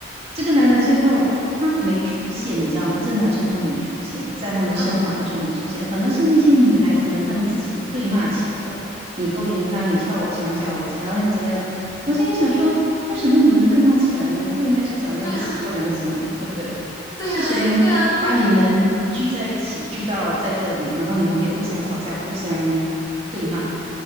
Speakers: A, on the right (about 30°); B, on the left (about 20°).
A: 这个男的最后他没出现，你知道吗？这个男生他没出现，在他们声讨他说没出现，
B: 嗯，
A: 反正是那些女孩子们她们自己对骂起来了，你勾引他，你撬我墙角，我怎样又怎样。我心里想说，为什么你们对骂起来呢？不应该是找那个始作俑者吗？
B: 对啊，
A: 对不对？
B: 对啊，
A: 是谁把你们聚在一起，
B: 对啊，对啊，
A: 聚到在这里，然后你们可以互相吵架、互相对骂？